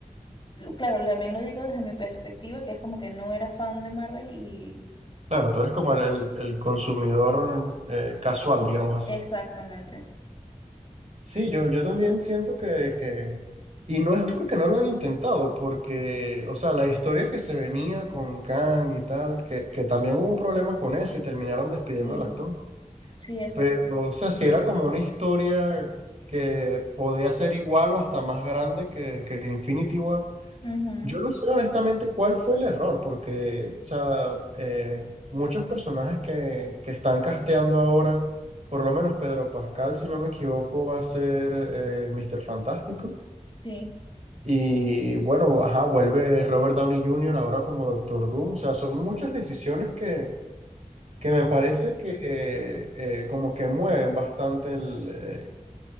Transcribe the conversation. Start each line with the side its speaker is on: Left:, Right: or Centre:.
Left: lo- claro, también lo digo desde mi perspectiva, que es como que no era fan de Marvel y...
Right: Claro, tú eres como el, el- el consumidor eh, casual, digamos así.
Left: Exactamente.
Right: Sí, yo, yo también siento que, que- Y no es porque no lo han intentado, porque, o sea, la historia que se venía con Kang y tal, que, que también hubo un problema con eso y terminaron despidiendo
Left: Sí,
Right: al actor.
Left: sí, exacto.
Right: Pero, o sea, si era como una historia que podía ser igual o hasta más grande que, que Infinity War,
Left: Ujú,
Right: yo no sé honestamente cuál fue el error, porque, o sea, eh, muchos personajes que, que están casteando ahora, por lo menos Pedro Pascal, si no me equivoco, va a ser eh, Mr. Fantástico.
Left: Sí.
Right: Y bueno, ajá, vuelve Robert Downey Jr. ahora como Doctor Doom. O sea, son muchas decisiones que, que me parece que eh, como que mueven bastante el, eh,